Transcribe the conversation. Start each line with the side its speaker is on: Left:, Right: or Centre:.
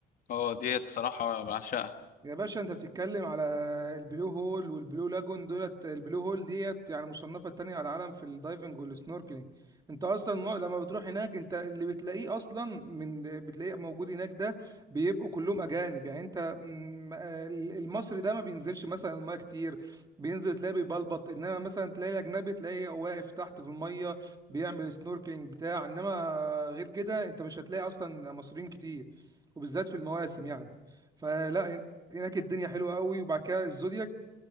Left: اه ديت صراحة بعشقها
Right: يا باشا انت بتتكلم على البلو هول والبلو لاجون دولت البلو هول ديت يعني مصنفة تانية على العالم في الدايفنج والسنوركلينج انت اصلا ما لما بتروح هناك انت اللي بتلاقيه اصلا من بتلاقيه موجود هناك ده بيبقوا كلهم اجانب يعني انت م- آه، المصري ده ما بينزلش مثلا المايه كتير بينزل تلاقيه بيبلبط انما مثلا تلاقي الاجنبي تلاقيه واقف تحت في الميه بيعمل سنوركلينج بتاع انما غير كده انت مش هتلاقي اصلا مصريين كتير وبالذات في المواسم يعني فلا هناك الدنيا حلوه قوي وبعد كده الزودياك